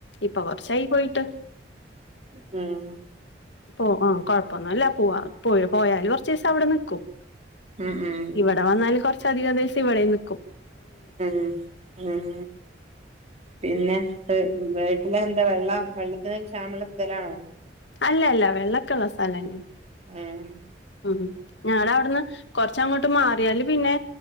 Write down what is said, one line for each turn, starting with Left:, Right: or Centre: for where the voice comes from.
Left: ഇപ്പൊ കൊറച്ചായി പോയിട്ട്.
Right: മ്മ്
Left: പോവാ, ആ കൊഴപ്പൊന്നും ഇല്ല പോവാ പോ പോയാല് കൊറച്ച് ദിവസം അവിടെ നിക്കും
Right: ഉം ഉം
Left: ഇവിടെ വന്നാല് കൊറച്ചധികം ദിവസം ഇവിടെയും നിൽക്കും
Right: ഉം ഉം പിന്നെ വീട്ടില് എന്താ വെള്ളം വെള്ളത്തിന് ക്ഷാമള്ള സ്ഥലാണോ
Left: അല്ല അല്ല വെള്ളക്കുള്ള സ്ഥലന്നാ
Right: ഏഹ്
Left: ഉം ഞങ്ങടെ അവിടുന്ന് കൊറച്ച അങ്ങോട്ട് മാറിയാല് പിന്നെ